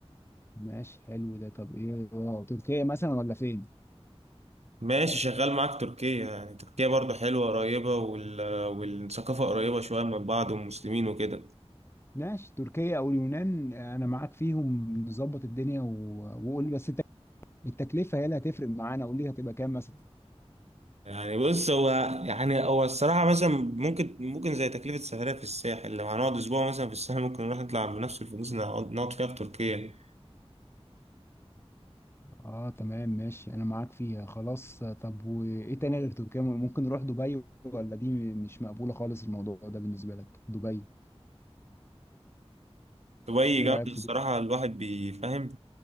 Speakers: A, on the left; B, on the right.
A: ماشي حلو ده طب ايه آه، تركيا مثلا ولا فين
B: ماشي شغال معاك تركيا يعني تركيا برضو حلوة قريبة وال... والثقافة قريبة شوية من بعض والمسلمين وكده
A: ماشي تركيا او اليونان انا معاك فيهم نظبط الدنيا و... وقول لي بس الت- التكلفه هي اللي هتفرق معانا قول لي هتبقى كام مثلا
B: يعني بص هو يعني هو الصراحة مثلا ممكن ممكن زي تكلفة سفرية في الساحل لو هنقعد أسبوع مثلا في الساحل ممكن نروح نطلع بنفس الفلوس اللي هنقعد نقعد فيها في تركيا
A: اه تمام ماشي انا معاك فيها خلاص طب وايه تاني غير تركيا ممكن نروح دبي ولا دي مش مقبوله خالص الموضوع ده بالنسبه لك دبي
B: دبي
A: ايه
B: جامدة
A: رايك في
B: الصراحة
A: دبي
B: الواحد بيفهم